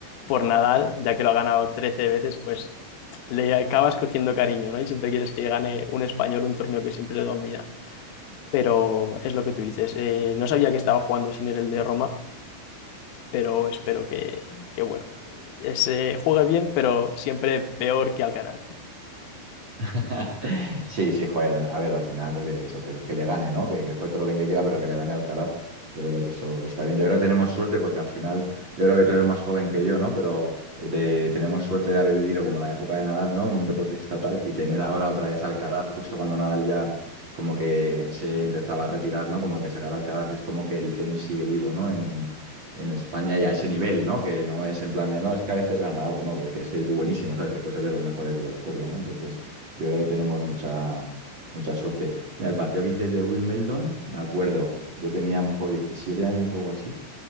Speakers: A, on the left; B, on the right.
A: por Nadal, ya que lo ha ganado 13 veces, pues le acabas cogiendo cariño, ¿no? Y siempre quieres que gane un español un torneo que siempre lo domina. Pero es lo que tú dices. eh, no sabía que estaba jugando sin él el de Roma, pero espero que, que bueno, se juegue bien, pero siempre peor que Alcaraz.
B: <laughs> Sí, sí, joder, a ver, al final que eso, que, le que le gane, ¿no? Que, que juegue todo lo bien que quiera, pero que le gane Alcaraz. Yo creo que eso está bien. Yo creo que tenemos suerte porque al final, yo creo que tú eres más joven que yo, ¿no? Pero eh, te- tenemos suerte de haber vivido como la época de Nadal, ¿no? Un deportista tal y tener ahora otra vez a Alcaraz justo cuando Nadal ya como que se empezaba a retirar, ¿no? Como que sacar a Alcaraz es como que el tenis sigue vivo, ¿no? En, en España y a ese nivel, ¿no? Que no es en plan de, no, es que a veces gana algo, ¿no? Que, que es que es buenísimo, ¿sabes? Que puede ser de los mejores de la historia, ¿no? Entonces... Yo creo que tenemos mucha, mucha suerte. Mira, el partido que dices de Wimbledon, me acuerdo, yo tenía a lo mejor 17 años o algo así,